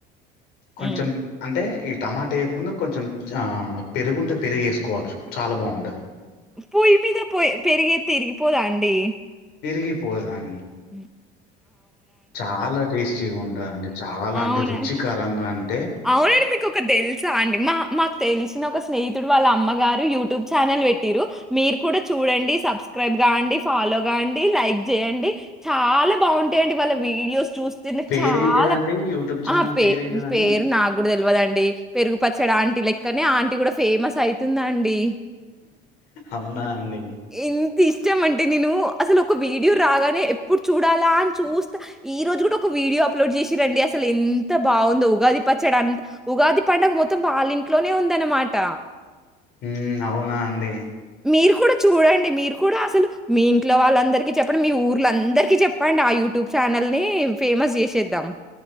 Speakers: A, on the left (about 65°); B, in the centre.
A: కొంచెం
B: హ్మ్.
A: అంటే టమాటా వేయక ముందు కొంచెం ఆ పెరుగుంటే పెరుగు వేసుకోవచ్చు చాలా బాగుంటది
B: పొయ్యి మీద పో పెరిగైతే ఇరిగిపోదా అండి
A: ఇరిగిపోదాన్
B: మీ
A: చాలా టేస్టీగా ఉంటందండి చాలా
B: అవునా?
A: అంటే రుచికరంగా అన్
B: అవునండి మీకు ఒకటి తెలుసా అండి మా మాకు తెలిసిన ఒక స్నేహితుడు వాళ్ళ అమ్మ గారు యూట్యూబ్ ఛానల్ పెట్టిరు మీరు కూడా చూడండి. సబ్స్క్రైబ్ కాండి. ఫాలో కాండి. లైక్ చేయండి. చాలా బాగుంటాయండి వాళ్ళ వీడియోస్ చూస్తేనే
A: పేర్
B: చాలా
A: ఏంటిదండి యూట్యూబ్ ఛానల్
B: ఆ! పే
A: పేరేంటిదంన్
B: పేరు నాగుడు తెలివదండి పెరుగు పచ్చడి ఆంటీ లె కనీ ఆంటీ గుడా ఫేమస్ అయి అండి
A: అవునా అండి
B: ఎంతిష్టమం అంటే నేను అసల్ ఒక వీడియో రాగానే ఎప్పుడు చూడాలా అని చూస్తా ఈ రోజు గుడా ఒక వీడియో అప్లోడ్ చేసింరండి అసల ఎంత బాగుందో ఉగాది పచ్చడ అంత ఉగాది పండగ మొత్తం వాళ్లింట్లోనే ఉందన్నమాట
A: హ్మ్ అవునా అండి
B: మీరు కూడా చూడండి మీరు కూడా అసలు మీ ఇంట్లో వాళ్ళందరికీ చెప్పడి మీ ఊర్లందరికీ చెప్ పండ్ ఆ యూట్యూబ్ ఛానల్ని ఫేమస్ చేసేద్దాం